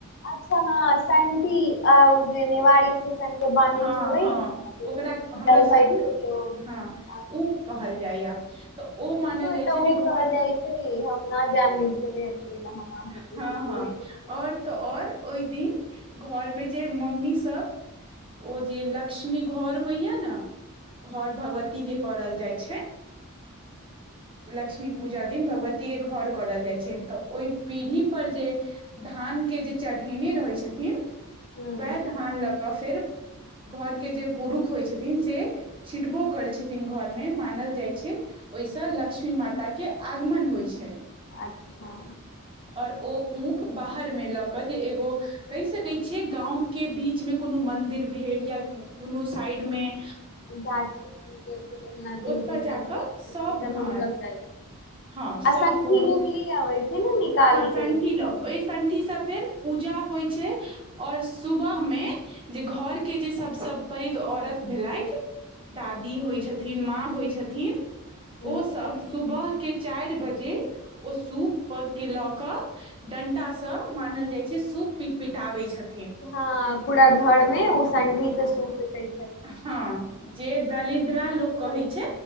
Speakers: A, on the left; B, on the right.
A: अच्छा हँ सन्टी नेवाड़ी से बानी
B: हँ
A: छैहि
B: हँ
A: नेग
B: ओकरा हमरा
A: जलवठ
B: सब दिस
A: ल
B: हँ
A: आ
B: ऊक कहल जाइया तऽ ओ मानल
A: हमरो ए
B: जाइ
A: तऽ
B: छै जे
A: उहे
B: घर
A: कहल जाइ छै हम नहि जानल छलियै तै लए हम अहाँसँ
B: हँ
A: पूछली कि
B: हँ
A: उहे
B: आओर तऽ आओर ओहि दिन घर में जे मम्मी सब ओ जे लक्ष्मी घर होइया ने घर भगवतीक के करल जाइ छै लक्ष्मी पूजा दिन भगवतीक के घर करल जाइ छनि तऽ ओहि पीढ़ी पर जे धान के जे चढ़ेने रहै छथिन
A: हूँ
B: वेह धान ल कऽ फेर घर के जे पुरुष होइ छथिन से छिटबो करै छथिन घरमे मानल जाइ छै ओहिसँ लक्ष्मी माता के आगमन होइ छनि
A: अच्छा
B: आओर ओ ऊक बाहर मे लऽ कऽ जे एगो कहि सकैइ छियै गाँम के बीचमे कोनो मंदिर भेल या कोनो साईड में
A: गाछ नदी
B: ओतय
A: उदी सत
B: जा कऽ सभ
A: ज
B: हँ
A: लगरक
B: हँ सभ
A: आ संठी
B: पुरुष
A: लोक ले आबै छै ने निकाल
B: हँ संठी
A: के
B: ल
A: हूँ
B: ओहि संठी स फेर पूजा होइ छै आओर सुबह में जे घर के जे सबस पैघ औरत भेलथि दादी होइ छथिन माँ होइ छथिन
A: हँ
B: ओ सब सुबह के चारि बजे ओ सूप प ल क डंटा से मानल जाइ छै सूप पिट पिटाबई छथिन
A: हां पूरा घर में ओ संठी से सूप पीटै
B: हँ जे दलिद्रा
A: माँ
B: लोक कहै
A: के
B: छै